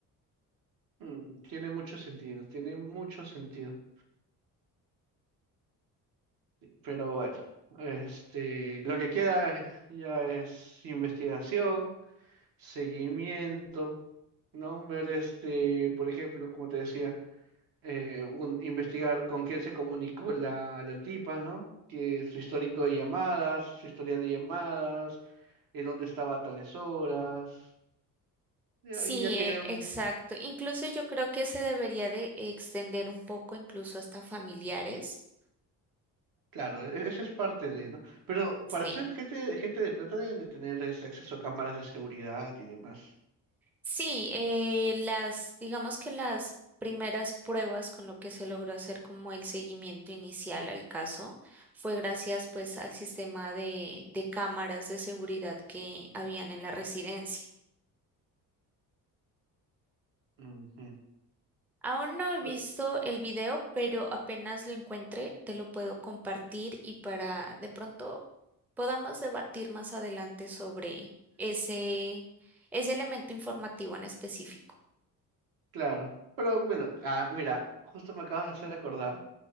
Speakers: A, on the right; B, in the centre.
A: Mm, tiene mucho sentido, tiene mucho sentido. Pero bueno, este, lo que queda ya es investigación, seguimiento, ¿no? Ver este, por ejemplo, como te decía, eh, un, investigar con quién se comunicó la, la tipa, ¿no? Que su histórico de llamadas, su historial de llamadas, en dónde estaba a tales horas, ya-
B: Sí,
A: y ya quedan.
B: eh, exacto. Incluso yo creo que se debería de extender un poco incluso hasta familiares.
A: Claro, e- eso es parte de, ¿no? Pero
B: Sí.
A: para ser gente, gente de plata deben de tener ese acceso a cámaras de seguridad y demás.
B: Sí, eh, las, digamos que las primeras pruebas con lo que se logró hacer como el seguimiento inicial al caso fue gracias pues al sistema de, de cámaras de seguridad que habían en la residencia.
A: Ujú.
B: Aún no he visto
A: Bu-
B: el video, pero apenas lo encuentre te lo puedo compartir y para de pronto podamos debatir más adelante sobre ese, ese elemento informativo en específico.
A: Claro. Pero bueno, ah, mira, justo me acabas de hacer acordar,